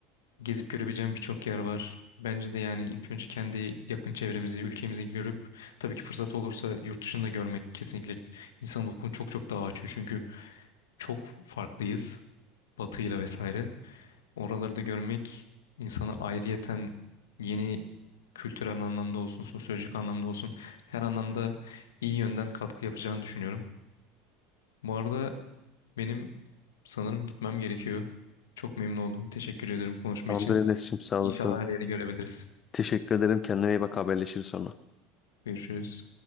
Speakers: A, on the left; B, on the left.
A: Gezip görebileceğim birçok yer var. Bence de yani ilk önce kendi yakın çevremizi, ülkemizi görüp tabii ki fırsat olursa yurt dışını da görmek kesinlikle insan ufkunu çok çok daha açıyor. Çünkü çok farklıyız batıyla vesaire. Oraları da görmek insanı ayrıyeten yeni kültürel anlamda olsun, sosyolojik anlamda olsun her anlamda iyi yönden katkı yapacağını düşünüyorum. Bu arada benim Sanırım gitmem gerekiyor. Çok memnun oldum. Teşekkür ederim konuşma
B: Tamamdır
A: için.
B: Enes'cim sağ
A: İnşallah
B: olasın.
A: her yeri görebiliriz.
B: Teşekkür ederim. Kendine iyi bak. Haberleşiriz sonra.
A: Görüşürüz.